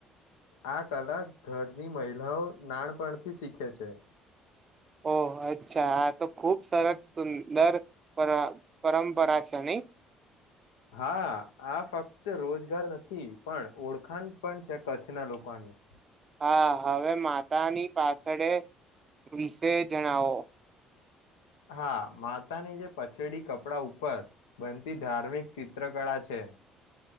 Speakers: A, on the left; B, on the right.
A: આ કલા ઘરની મહિલાઓ નાનપણથી શીખે છે.
B: ઓહ! અચ્છા આા તો ખુબ સરસ સુંદર પર પરંપરા છે નહી?
A: હા આ ફક્ત રોજગાર નથી પણ ઓળખાણ પણ છે કચ્છના લોકોની.
B: હા હવે માતાની પાછળે વિશે જણાવો?
A: હા માતાની જે પછેડી કપડા ઉપર બનતી ધાર્મિક ચિત્રકળા છે.